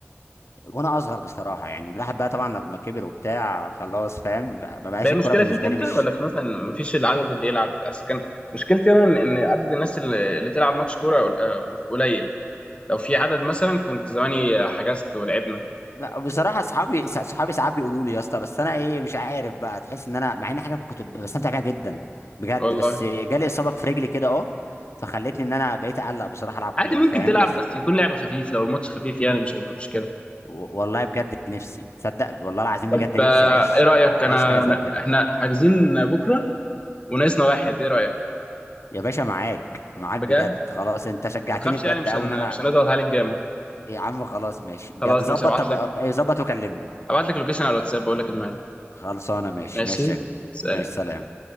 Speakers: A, on the left (about 90°); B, on the left (about 25°).
A: وانا اصغر بصراحه يعني الواحد بقى طبعا لما كبر وبتاع خلاص فاهم ما بقاش
B: بقى المشكله
A: الكوره بالنسبه
B: فيك انت
A: لي مش
B: ولا في مثلا مفيش العدد اللي يلعب اصل كان مشكلتي انا ان إن عدد الناس اللي اللي تلعب ماتش كوره قل- آه، قليل لو في عدد مثلا كنت زماني حجزت ولعبنا
A: لا بصراحه اصحابي س- صحابي ساعات بيقولوا لي يا اسطى بس انا ايه مش عارف بقى تحس ان انا مع ان حاجه كنت بستمتع بيها جدا بجد
B: والله
A: بس جالي اصابه في رجلي كده اه فخلتني ان انا بقيت اقلق بصراحه العب كوره
B: عادي ممكن
A: فاهم
B: تلعب
A: بس
B: بس يكون لعب خفيف لو الماتش خفيف يعني مش هيبقى مشكله
A: و- والله بجد نفسي تصدق والله العظيم
B: طب
A: بجد نفسي
B: آه،
A: اعيش
B: ايه رايك
A: اعيش
B: انا
A: حاجه زي
B: أنا-
A: كده
B: احنا حاجزين بكره وناقصنا واحد ايه رايك
A: يا باشا معاك معاك
B: بجد
A: بجد خلاص انت شجعتني
B: ما تخافش
A: بجد
B: يعني مش
A: قوي
B: هن...
A: ان انا
B: مش هنضغط عليك جامد
A: يا عم خلاص ماشي بجد
B: خلاص
A: ظبط
B: ماشي ابعت
A: طب
B: لك
A: ظبط وكلمني
B: ابعت لك اللوكيشن على الواتساب بقول لك الميعاد
A: خلصانه ماشي
B: ماشي
A: ماشي يا كبير
B: سلام
A: ماشي سلام